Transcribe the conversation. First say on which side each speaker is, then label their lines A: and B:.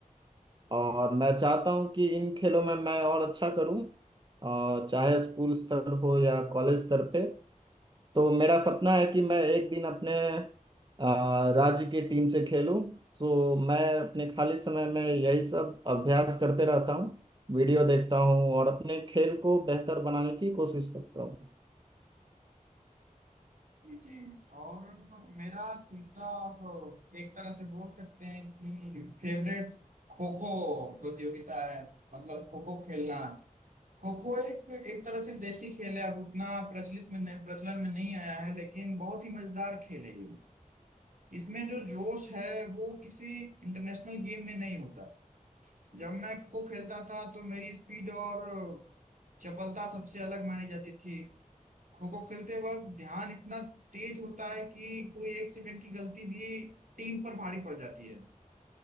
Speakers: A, on the right (about 35°); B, on the right (about 70°).
A: और मैं चाहता हूँ कि इन खेलों में मैं और अच्छा करूँ और चाहे स्कूल स्तर हो या कॉलेज स्तर पे तो मेरा सपना है कि मैं एक दिन अपने अ, राज्य की टीम से खेलूं तो मैं अपने खाली समय में यही सब अभ्यास करते रहता हूँ वीडियो देखता हूँ और अपने खेल को बेहतर बनाने की कोशिश करता हूँ
B: जी जी। और मेरा तीसरा आप एक तरह से बोल सकते हैं कि फेवरेट खो खो प्रतियोगिता है मतलब खो खो खेलना खो खो एक एक तरह से देसी खेल है अब उतना प्रचलित में नहीं- प्रचलन में नहीं आया है लेकिन बहुत ही मजेदार खेल है ये इसमें जो जोश है वो किसी इंटरनेशनल गेम में नहीं होता जब मैं खो खेलता था तो मेरी स्पीड और चपलता सबसे अलग मानी जाती थी खो खो खेलते वक्त ध्यान इतना तेज होता है कि कोई एक सेकंड की गलती भी टीम पर भारी पड़ जाती है